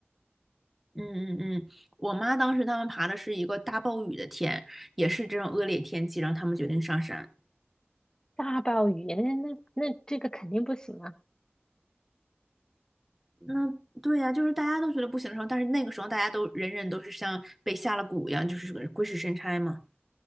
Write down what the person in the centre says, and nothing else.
嗯嗯嗯，我妈当时他们爬的是一个大暴雨的天，也是这种恶劣天气，然后他们决定上山。
那对呀、就是大家都觉得不行的时候，但是那个时候大家都人人都是像被下了蛊一样，就是个鬼使神差嘛。